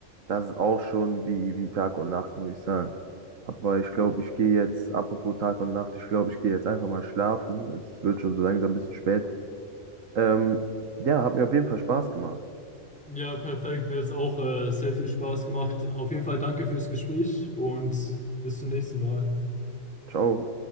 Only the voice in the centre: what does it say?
Ja, perfekt. Mir hat es auch äh, sehr viel Spaß gemacht. Auf jeden Fall danke fürs Gespräch und bis zum nächsten Mal.